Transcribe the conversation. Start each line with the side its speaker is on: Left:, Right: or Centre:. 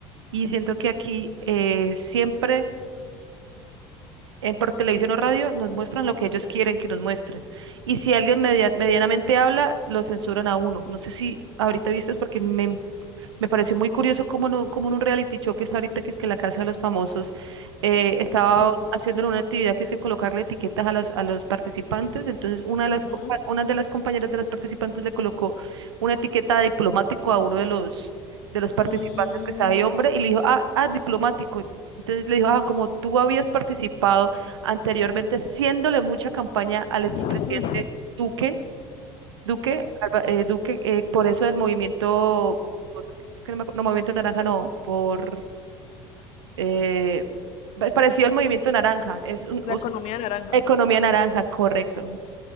Right: Y siento que aquí eh, siempre en- por televisión o radio, nos muestran lo que ellos quieren que nos muestren. Y si alguien media- medianamente habla, lo censuran a uno. No sé si ahorita viste, porque me, me pareció muy curioso cómo en, un, cómo en un reality show que está ahorita, que es que la Casa de los Famosos, eh, estaba
Left: Sí.
Right: haciendo una actividad que es que colocarle etiquetas a, las, a los participantes. Entonces, una de
Left: Ujú.
Right: las, compa- una de las compañeras de las participantes le colocó una etiqueta de diplomático a uno de los, de los participantes
Left: Mm,
Right: que estaba ahí, hombre, y le dijo, ah, ah, diplomático. Entonces le dijo, ah, como tú habías participado anteriormente, haciéndole mucha campaña al expresidente
Left: mm,
Right: Duque, Duque, Alba- eh, Duque, eh, por eso del movimiento, por- es que no, me acu- no, movimiento naranja, no, por eh, pa- parecido al movimiento naranja, es un,
Left: la
Right: us-
Left: economía naranja.
Right: economía naranja, correcto.